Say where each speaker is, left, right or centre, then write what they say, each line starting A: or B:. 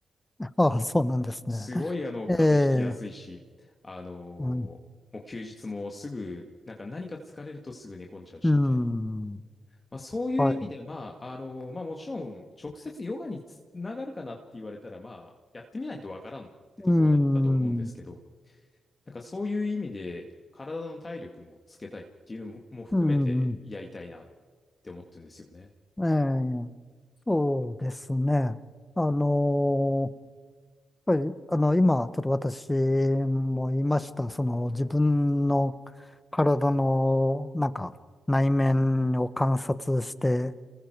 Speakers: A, on the left; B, on the left.
A: <laughs> ああ、そうなんですね。
B: すごいあの、
A: え
B: 風邪ひきやすいし、
A: え、
B: あの
A: うん、
B: ーもう休日もすぐ、なんか何か疲れるとすぐ寝込んじゃうしみたいな。
A: うん、
B: まあ、そういう意味で、
A: はい。
B: まあ、あの、まあ、もちろん、直接ヨガにつながるかなって言われたら、まあ、やってみないとわからんってところだだと思うんですけど、
A: うん、
B: なんかそういう意味で、体の体力もつけたいっていうのもも含めてやりたいなっ
A: うん、
B: て思ってるんですよね。
A: ええ、そうですね。あのーやっぱり、あの、今、ちょっと私も言いました、その、自分の体の、なんか、内面を観察して、